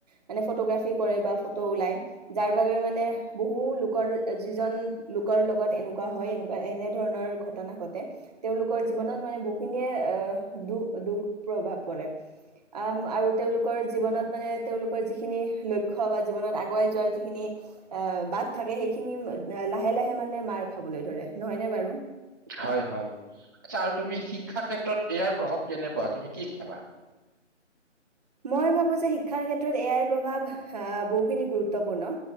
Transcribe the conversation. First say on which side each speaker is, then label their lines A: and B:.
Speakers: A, on the right; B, on the right.
A: মানে ফটোগ্ৰাফী কৰে বা ফটো ওলাই যাৰ বাবে মানে বহু লোকৰ যিজন লোকৰ লগত এনেকুৱা হয় এনেকুৱা এনে ধৰণৰ ঘ টনা ঘটে, তেওঁলোকৰ জীৱনত মানে বহুখিনিয়ে দু দুখ প্ৰভাৱ পৰে আ আৰু তেওঁলোকৰ জীৱনত মানে তেওঁলোকৰ যিখিনি লক্ষ্য বা জীৱনত আগুৱাই যোৱাৰ যিখিনি আহ বাট থাকে সেইখিনি লাহে লাহে মানে মাৰ খাবলৈ ধৰে, নহয়নে বাৰু?
B: হয় হয়, আচ্ছা আৰু তুমি শিক্ষা ক্ষেত্ৰত ইয়াৰ প্ৰভাৱ কেনেকুৱা তুমি কি ভাবা?
A: মই ভাবো যে শিক্ষাৰ ক্ষেত্ৰত এ আৰ প্ৰভাৱ বহুখিনি গুৰুত্বপূৰ্ণ।